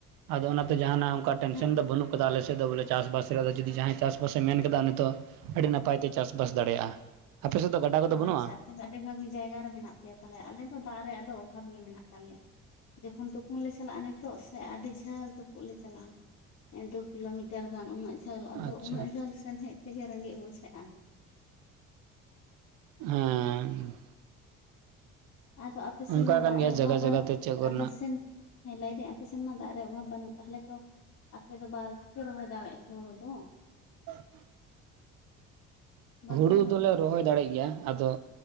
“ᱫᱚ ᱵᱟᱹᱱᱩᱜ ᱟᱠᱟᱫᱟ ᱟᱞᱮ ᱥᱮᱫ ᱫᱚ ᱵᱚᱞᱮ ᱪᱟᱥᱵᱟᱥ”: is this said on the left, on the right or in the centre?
Right